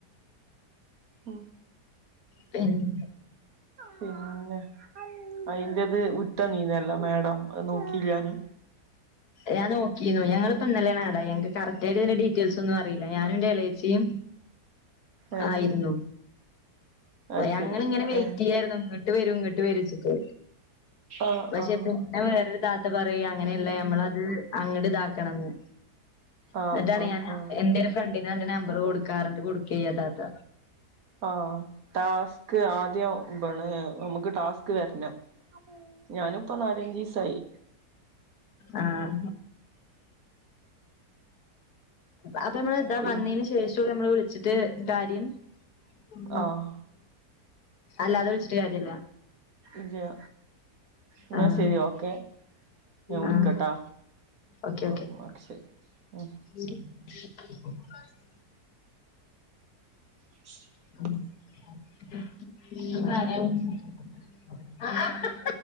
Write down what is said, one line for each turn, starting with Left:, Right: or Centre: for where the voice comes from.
Right: ഉം.
Left: പിന്നെ
Right: പിന്നെ അയിന്റത് വിട്ടനീനല്ല മാഡം അത് നോക്കിലാനി.
Left: ഞാ നോക്കിന്നു. ഞങ്ങളിപ്പോ ഇന്നെലെയാണ് ആഡായത്. കറക്ടായിട്ട് ഇതിന്റെ ഡീറ്റയിൽസ് ഒന്നും അറിയില്ല. ഞാനും എന്റെ എളേ ച്ചീം
Right: ഏഹ്
Left: ആയിരുന്നു.
Right: അത്
Left: ഞങ്ങള്ങ്ങനെ
Right: ശരി
Left: വെയിറ്റ്
Right: ഏഹ്
Left: ചെയ്യായിരുന്നു ഇങ്ങട്ട് വരും ഇങ്ങട്ട് വരിച്ചിട്ട്.
Right: ആഹ്
Left: പക്ഷെ പിന്നെ വേറൊരു താത്ത പറയ അങ്ങനെയല്ല നമ്മളത് അങ്ങട് ഇതാക്കണംന്ന്.
Right: ആഹ്
Left: എന്നിട്ടാണ്
Right: ആഹ്
Left: ഞാൻ
Right: ആഹ്
Left: എന്റെ ഒരു ഫ്രണ്ടിന് എന്റെ നമ്പർ
Right: ആഹ്
Left: കൊടുക്കാറ്ണ്ട് കൊടുക്കേയി ആ താത്ത.
Right: ആഹ് ടാസ്ക് ആദ്യം എന്താണ് നമുക്ക് ടാസ്ക് വരണം. ഞാനുപ്പ നാലഞ്ചിസായി.
Left: ആഹ്. അപ്പൊ നമ്മള് ഇതാ
Right: പി
Left: വന്നതിന് ശേഷം നമ്മള് വിളിച്ചിട്ട് കാര്യം. ഉം
Right: ആഹ്
Left: അല്ലാതെ വിളിച്ചിട്ട് കാര്യല്ല.
Right: ല്ല്യാ ന്നാ
Left: ആഹ്
Right: ശെരി ഓക്കെ, ഞാ വിളിക്കാട്ടാ.
Left: ആഹ് ഓക്കെ
Right: ആഹ് ഓക്കേ ശെരി ഉം.
Left: <inaudible>
Right: <inaudible>
Left: <inaudible>